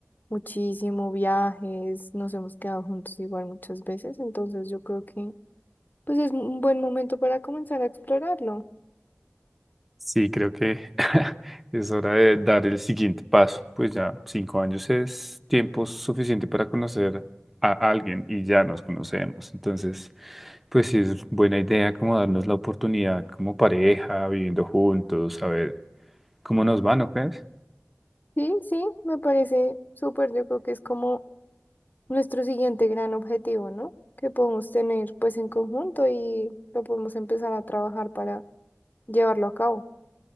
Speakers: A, on the left; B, in the centre.
A: muchísimo viajes, nos hemos quedado juntos igual muchas veces, entonces yo creo que pues es un buen momento para comenzar a explorarlo.
B: Sí, creo que <laughs> es hora de dar el siguiente paso. Pues ya cinco años es tiempo suficiente para conocer a alguien y ya nos conocemos. Entonces, pues sí es buena idea como darnos la oportunidad como pareja, viviendo juntos, a ver cómo nos va, ¿no crees?
A: Sí, sí, me parece súper, yo creo que es como nuestro siguiente gran objetivo, ¿no? Que podemos tener pues en conjunto y lo podemos empezar a trabajar para llevarlo a cabo.